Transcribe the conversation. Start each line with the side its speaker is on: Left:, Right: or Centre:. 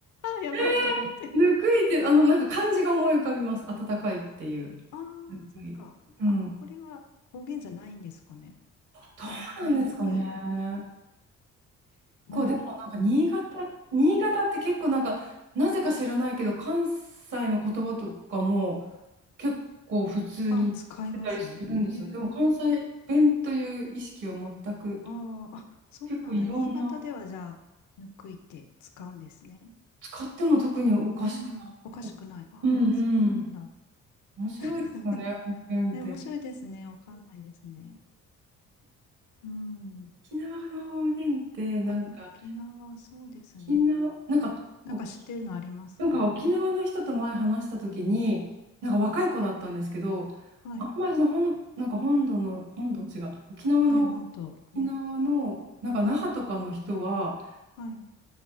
Left: ーやばいと思って。
Right: えー、ぬくいって、あの、なんか漢字が思い浮かびます。暖かいっていう。
Left: ああ、
Right: ぬくい。
Left: そっか。
Right: うん。
Left: あ、これは方言じゃないんですかね。
Right: どうなんですかね。
Left: ぬ、ぬくい、ぬる。
Right: こう、でもなんか新潟、新潟って結構なんか、なぜか知らないけど、関西の言葉とかも、結構普通に使ってたりするんですよ。
Left: あ、使えますえー、
Right: でも関西弁という意識は全く、
Left: ああ、あ、そうなんだ。
Right: 結構いろんな、
Left: 新潟ではじゃあ、ぬくいって使うんですね。
Right: 使っても特におかしくない。
Left: うん、おかしくない。ああ、
Right: うんうん。
Left: そうなんだ。
Right: 面白いですよね、
Left: <laughs>
Right: 方言って。
Left: ね、面白いですね。わかんないですね。うん。
Right: 沖縄の方言って、なんか、
Left: あ、沖縄、そうですね。
Right: 沖縄、なんか、
Left: なんか知ってるのありますか
Right: おなんか沖縄の人と前話した時に、なんか若い子だったんですけど、
Left: はい。
Right: あんまりその本、なんか本土の、本土違う、沖縄の、
Left: はい、本当。
Right: 沖縄の、
Left: うん。
Right: なんか那覇とかの人は、
Left: はい。